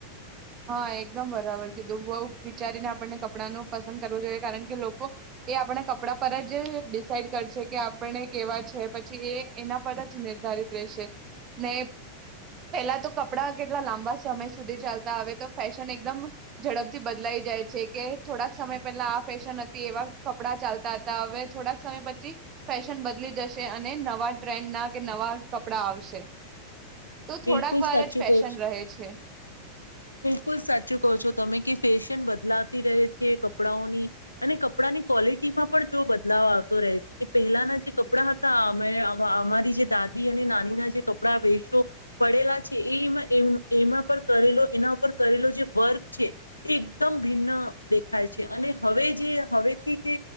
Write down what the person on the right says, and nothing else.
હા એકદમ બરાબર કીધું બઉ ખરાબ વિચારીને આપણને કપડાંનું પસંદ કરવું જોઈએ કારણ કે લોકો એ આપણા કપડા પર જ ડિસાઈડ કરશે કે આપણે કેવા છે પછી એ એના પર જ નિર્ધારિત રહેેશે ને પેલા તો કપડા કેટલા લાંબા સમય સુધી ચાલતા હવે તો ફેશન એકદમ ઝડપથી બદલાઈ જાય છે કે થોડાક સમય પહેલા આ ફેશન હતી એવા કપડા ચાલતા હતા હવે થોડાક સમય પછી ફેશન બદલી જશે અને નવા ટ્રેન્ડ ના કે નવા કપડા આવશે. તો થોડાક
વાર
જ ફેશન
રહે છે.